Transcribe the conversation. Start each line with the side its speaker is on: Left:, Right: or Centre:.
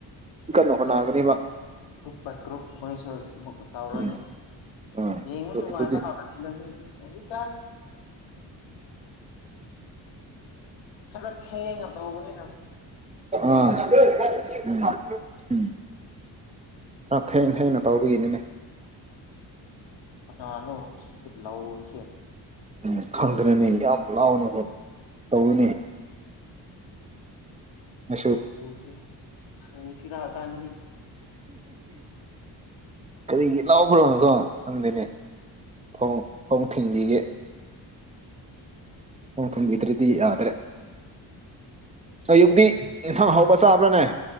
Right: ꯀꯟꯅ ꯍꯣꯠꯅꯒꯅꯤꯕ
Left: ꯍꯣꯏ ꯍꯛ ꯄꯥꯏꯀ꯭ꯔꯨꯛ ꯃꯣꯏꯁꯨ ꯑꯃꯨꯛ ꯇꯥꯎꯔꯅꯤ
Right: ꯎꯝ ꯑꯥ
Left: ꯑꯩꯉ
Right: ꯑꯗꯨ
Left: ꯅꯨꯡꯉꯥꯏꯅ
Right: ꯑꯗꯨꯗꯤ
Left: ꯀꯗꯁꯤ ꯍꯧꯖꯤ ꯀ ꯈꯩꯅ ꯊꯦꯡꯉꯅ ꯇꯧꯕꯅꯤ
Right: ꯑꯥ ꯎꯝ ꯎꯝ ꯑꯥ ꯊꯅ ꯊꯩꯅ ꯇꯥꯎꯤꯒꯅꯤꯅꯦ
Left: ꯑꯅꯅꯣ ꯁꯤꯤꯗ ꯂꯧꯥꯎꯑꯣꯁ
Right: ꯎꯝ ꯈꯪꯗꯅꯅꯦ ꯌꯥꯝ ꯂꯥꯎꯅ ꯑꯗꯨ ꯇꯧꯋꯤꯅꯦ ꯑꯩꯁꯨ
Left: ꯑꯣ ꯁꯤ ꯎ ꯁꯤ ꯔꯥꯙꯅꯤ
Right: ꯀꯔꯤꯒꯤ ꯂꯥꯎꯕ꯭ꯔꯣꯅꯣꯀꯣ ꯍꯪꯗꯦꯅꯦ ꯐꯣꯡ ꯐꯣꯡ ꯊꯤꯡꯕꯤꯒꯦ ꯊ ꯊꯣꯡꯕꯤꯗ꯭ꯔꯗꯤ ꯌꯥꯗ꯭ꯔꯦ ꯑꯌꯨꯛꯇꯗꯤ ꯏꯟꯁꯥꯡ ꯍꯧꯕ ꯆꯥꯕ꯭ꯔꯥꯅꯦ